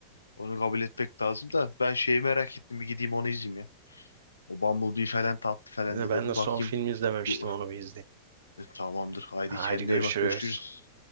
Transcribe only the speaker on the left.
Onu kabul etmek lazım da ben şeyi merak ettim bir gideyim onu izleyeyim ya. O Bumblebee falan tatlı falan
de
dedim.
Bakayım.
Bu,
E, tamamdır. Haydi
kendine
iyi bak. Görüşürüz.